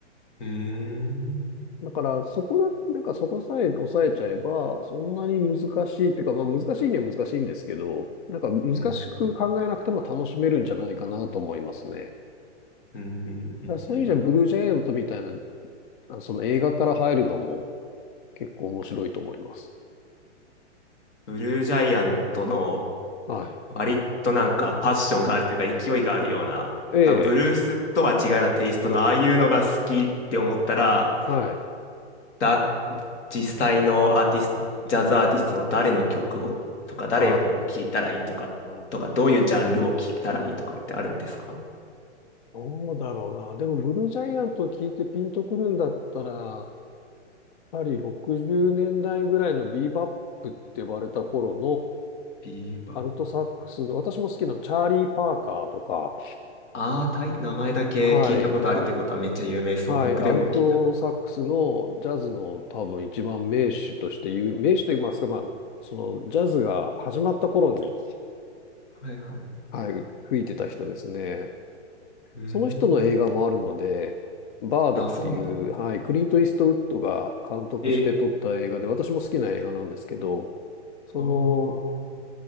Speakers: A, on the left; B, on the left.
A: うーん。
B: だから、そこだ、なんかそこさえ抑えちゃえば、そんなに難しいっていうか、まあ難しいには難しいんですけど、なんか難しく考えなくても楽しめるんじゃないかなと思いますね。
A: うん。
B: だ
A: うん。うんうんうん
B: からそういう意味じゃ、ブルージャイアントみたいな、あその映画から入るのも結構面白いと思います。
A: ブルージャイアントの
B: はい。
A: 割となんかパッションがあるというか勢いがあるような、
B: ええ、
A: 多分ブルースとは違うようなテイストのああいうのが好きって思ったら、
B: はい。
A: だ、実際のアーティスト、ジャズアーティストの誰の曲をとか誰のを聴いたらいいとか、
B: ああ。
A: とかどういうジャンルを聴いたらいいとかってあるんですか
B: どうだろうな。でも、ブルージャイアントを聞いてピンとくるんだったら、やはり60年代ぐらいのビーバップって呼ばれた頃
A: ビーバッ
B: のアルトサックスの、私も好きなチャーリー・パーカーとか、
A: ああ、タイ、名前だけ聞いたことあるってことはめっちゃ有名そう。
B: はい。はい。
A: 僕でも聞いたことが。
B: アルトサックスのジャズの多分一番名手として言う、名手と言いますか、まあ、そのジャズが始まった頃に、
A: はいはい。う
B: はい、吹いてた人ですね。
A: ーん。
B: その人の映画もあるので、バードっていう、
A: あ、そうなん
B: はい、クリント・イーストウッドが監督して撮った映画で、
A: え、
B: 私も好きな映画なんですけど、その、
A: ああ、